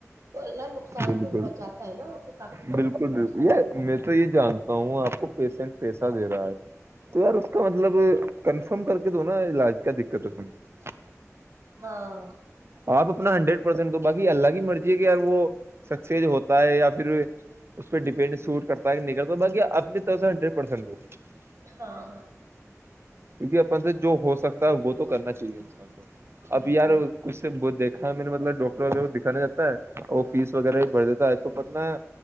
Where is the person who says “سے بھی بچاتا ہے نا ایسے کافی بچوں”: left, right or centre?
Right